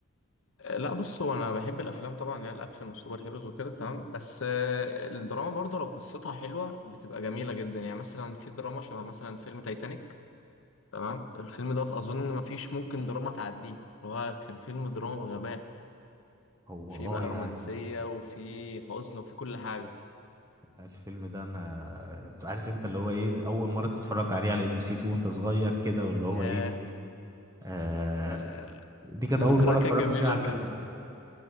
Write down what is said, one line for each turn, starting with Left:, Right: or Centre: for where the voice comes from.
Left: لا بص هو انا بحب الافلام طبعا اللي هي الاكشن والسوبر هيروز وكده تمام بس آه، الدراما برضه لو قصتها حلوه بتبقى جميله جدا يعني مثلا في دراما شبه مثلا فيلم تايتانيك تمام الفيلم دوت اظن مفيش ممكن دراما تعديه اللي هو كان فيلم دراما بغباء
Right: هو
Left: في
Right: اه
Left: بقى
Right: يعني
Left: رومانسيه وفي حزن وفي كل حاجه
Right: الفيلم ده انا عارف انت اللي هو ايه اول مره تتفرج عليه على ام بي سي 2 وانت صغير كده واللي هو
Left: ياه
Right: ايه آه
Left: ياه،
Right: دي كانت
Left: الذكريات
Right: اول مره اتفرجت
Left: كانت جميله
Right: فيها على
Left: بجد
Right: الفيلم ده